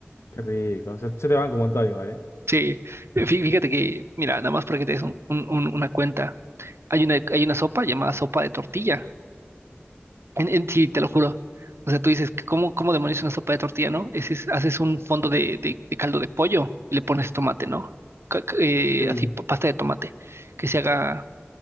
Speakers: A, on the left; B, on the right.
A: Qué rico. Se, se te van como Antonio, ¿vale?
B: Sí, eh, fí- fíjate que, mira, nada más para que te des un- un- un- una cuenta, hay una, hay una sopa llamada sopa de tortilla. En, en- sí, te lo juro. O sea, tú dices, ¿cómo, cómo demonios una sopa de tortilla, no? Ese es- haces un fondo de, de- de caldo de pollo y le pones tomate, ¿no? Ca- ca- eh,
A: sí
B: así, pa- pasta de tomate, que se haga